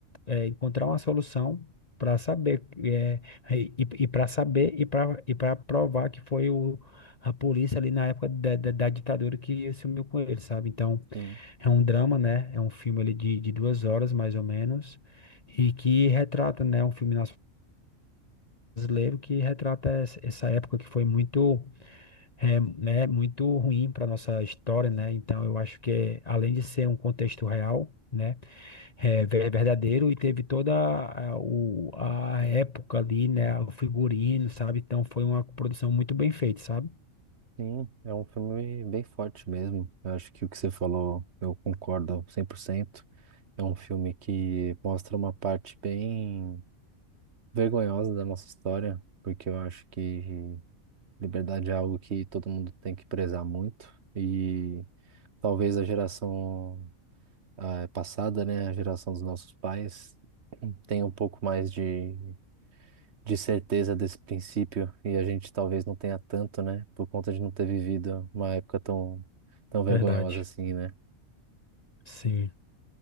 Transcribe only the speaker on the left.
eh, encontrar uma solução para saber eh, e, e para saber e para e para provar que foi o a polícia ali na época da, da, da ditadura que sumiu com ele, sabe? Então,
é um drama, né? É um filme ali de, de duas horas, mais ou menos, e que retrata, né, um filme brasileiro que retrata es- essa época que foi muito, é, né, muito ruim para nossa história, né? Então eu acho que é, além de ser um contexto real, né, é ver- verdadeiro e teve toda a, o- a época ali, né, o figurino, sabe? Então foi uma produção muito bem feita, sabe?
Verdade.
Sim.